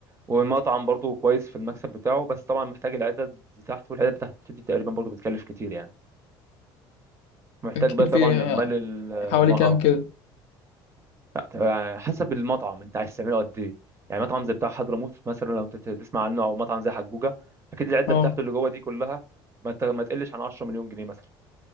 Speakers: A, on the right; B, on the left.
A: والمطعم برضه كويس في المكسب بتاعه بس طبعا محتاج العدد بتاعته والعدد بتاعته دي تقريبا برضه بتكلف كتير يعني محتاج
B: كتير
A: بقى طبعا
B: في
A: العمال المهرة
B: حوالي كام كده
A: لا، حسب المطعم انت عايز تعمله قد ايه يعني مطعم زي بتاع حضرموت مثلا لو انت تسمع عنه او مطعم زي حجوجة اكيد العدة
B: اه
A: بتاعته اللي جوه دي كلها ما ت- ما تقلش عن 10 مليون جنيه مثلا